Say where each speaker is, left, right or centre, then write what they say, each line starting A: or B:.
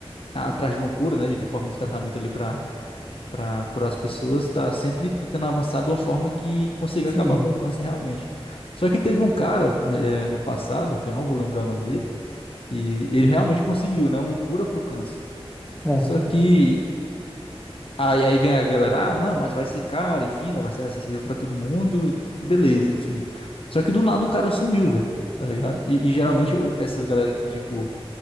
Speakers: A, on the left (about 60°); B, on the left (about 15°).
A: atrás de uma cura, né, de forma de tratamento ali para para curar as pessoas, está sempre tentando avançar de uma forma que consiga
B: Sim,
A: acabar com o câncer realmente. Só que teve um cara, né, eh, no passado, que eu não vou lembrar o nome dele, e ele realmente conseguiu, né, uma cura para o câncer.
B: certo.
A: Só que aí, aí vem a galera, ah, não, mas vai ser caro, enfim, não vai ser acessível para todo mundo, beleza, enfim. Só que do nada o cara sumiu, velho. Tá ligado? E, e geralmente
B: Hum.
A: o- essas galera que tipo,